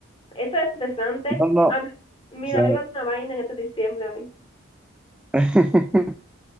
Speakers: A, on the left; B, in the centre.
A: Eso es estresante.
B: No, no.
A: A mí, mira,
B: Sí.
A: a mí me va a dar una vaina en este diciembre a mí.
B: <laughs>